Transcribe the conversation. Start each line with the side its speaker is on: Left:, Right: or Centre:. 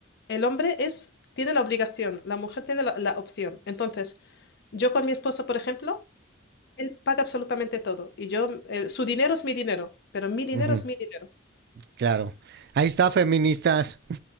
Left: El hombre es, tiene la obligación, la mujer tiene la, la opción. Entonces, yo con mi esposo, por ejemplo, él paga absolutamente todo y yo, eh, su dinero es mi dinero, pero mi dinero
Right: Ujú, ujú,
Left: es mi dinero.
Right: Claro. Ahí está, feministas.